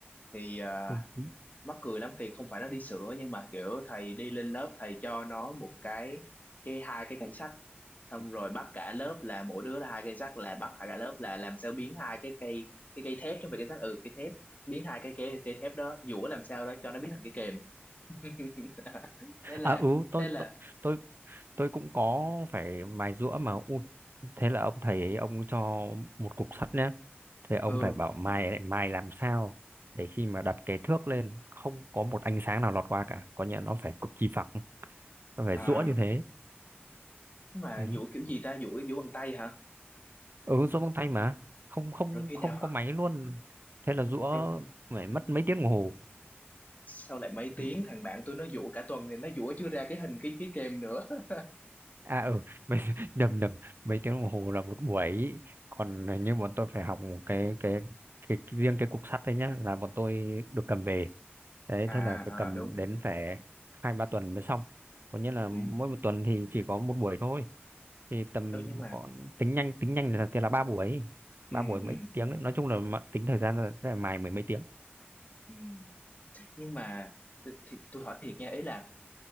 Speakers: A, on the left (about 40°); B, on the right (about 60°).
A: thì ờ,
B: <laughs>
A: mắc cười lắm thì không phải nó đi sửa nhưng mà kiểu thầy đi lên lớp thầy cho nó một cái cái hai cái cây sắt xong rồi bắt cả lớp là mỗi đứa là hai cây sắt là bắt cả lớp là làm sao biến hai cái cây cái cây thép chứ không phải cây sắt ừ cây thép biến hai cái cây cây thép đó dũa làm sao đó cho nó biến thành cái kềm <laughs> thế là
B: à ừ tôi
A: thế là
B: tôi tôi tôi cũng có phải mài giũa mà Ui, thế là ông thầy ấy, ông cho một cục sắt nhá thế ông
A: ừ
B: phải bảo mài lại mài làm sao để khi mà đặt cái thước lên không có một ánh sáng nào lọt qua cả có nghĩa là nó phải cực kỳ phẳng nó phải
A: à
B: giũa như thế
A: thế mà
B: ừ,
A: vũ kiểu gì ta vũ vũ bằng tay hả
B: ừ giũa bằng tay mà không không
A: rồi khi
B: không
A: nào
B: có máy luôn thế là giũa
A: rồi khi-
B: phải mất mấy tiếng đồng hồ
A: sau lại mấy tiếng
B: Ừ,
A: thằng bạn tôi nó vũ cả tuần thì nó vũ chưa ra cái hình cái cái kem nữa <laughs>
B: à ừ mấy, <laughs> nhầm nhầm mấy tiếng đồng hồ là một buổi còn như bọn tôi phải học cái cái cái, cái riêng cái cục sắt đấy nhá là bọn tôi được cầm về đấy
A: à,
B: thế là phải cầm
A: à đúng
B: đến phải hai ba tuần mới xong có nghĩa là
A: ừ.
B: mỗi một tuần thì chỉ có một buổi thôi thì tầm
A: ừ nhưng mà
B: còn tính nhanh tính nhanh là thì là ba buổi
A: ừ,
B: ba buổi
A: ừ,
B: mấy tiếng
A: ừ,
B: đấy. nói chung là mà- tính thời gian là, là mài mười mấy tiếng
A: ừ. nhưng mà thì, thì tôi hỏi thiệt nha ý là